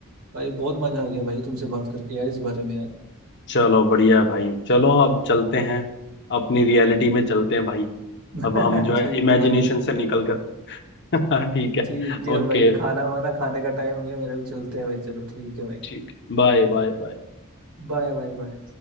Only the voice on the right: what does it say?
भाई बहुत मजा आ गया भाई तुमसे बात करके यार इस बारे में यार
<laughs>
ठीक
है भाई
ठीक है
भाई खाना वाना खाने का टाइम हो गया मेरा भी चलते हैं भाई चलो ठीक है भाई
बाय बाय बाय